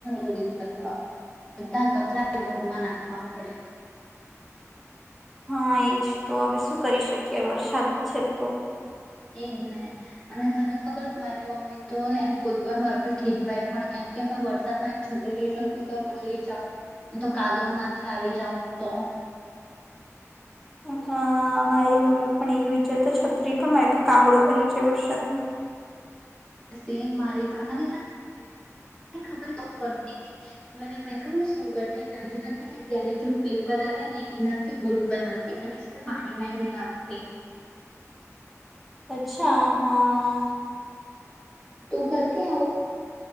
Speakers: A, on the left; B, in the centre.
A: દોરીથી અથડાવો બધા કપડા ઘરમાં નાખવા પડે
B: હા એજ તો હવે શું કરી શકીએ વરસાદ છે તો
A: એજ ને અને તને ખબર મારી મમ્મી તો એમ કોઈ કોઈ આપડે ખીચવાય પણ કેમ કે અમે વરસાદમાં એમ છતી રહી જાાવ કોઈ ભૂલી જાઉ તો કાદો માંથી આવી જાાવ તો
B: હા મારી મમ્મી પણ એવી છે તો છત્રી પણ મારી તો કાગડો બની જ વરસાદમાં
A: સ મારી પણ અને ખબર એવું કરતી કે મને મે ક શું કરતી નાની હતી ને ત્યારે પેું પેપર આવે ને એનાથી બોટ બનાવતી અને પાણીમાં એમ નાખતી
B: અચ્છા હા
A: તું કરતી આ હો